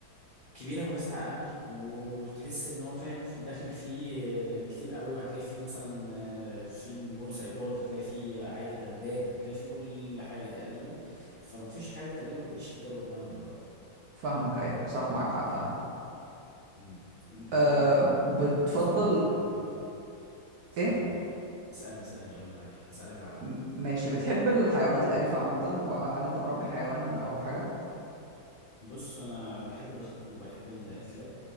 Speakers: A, on the left; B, on the right.
A: كبيره وواسعه قوي وتحس ان هو فاهم في داخل فيه آه، كتير قوي وهتلاقي فيه مثلا آه، في ويب سايتات هتلاقي فيه عادي براندات هتلاقي فيه كل حاجه تقريبا فما فيش حاجه تقريبا ما بقتش تتجاب اونلاين دلوقتي
B: فاهمك ايوه صح معاك حق فاهم
A: مم. انت
B: أه
A: عامه
B: بتفضل
A: من وجهه نظرك آه، بتفضل قول اسالني
B: ايه
A: قول ايه اسالني اسالني قول لي معاك هسالك بعدين
B: م- ماشي بتحب الحيوانات الاليفه عامه وهل انت مربي حيوان او حاجه
A: بص انا بحب القطط وبحب ال- الكلاب